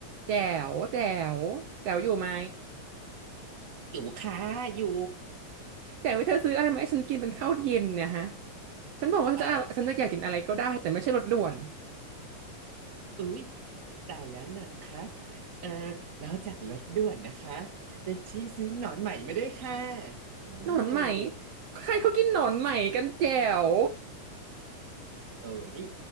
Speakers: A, on the right; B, on the right.
A: แจ๋วแจ๋วแจ๋วอยู่ไหม
B: อยู่ค่ะอยู่
A: แจ๋วเธอซื้ออะไรมาให้ฉันกินเป็นข้าวเย็นเนะฮะฉันบอกว่าฉันจะอะฉันจะอยากกินอะไรก็ได้แต่ไม่ใช่รสด่วน
B: เอออุ๊ยตายแล้วเหรอคะเออนอกจากรถด่วนนะคะยังชิงซื้อหนอนใหม่มาด้วยค่ะนี่เลย
A: หนอนไหมใครเขากินหนอนไหมกันแจ๋ว
B: เอ้ย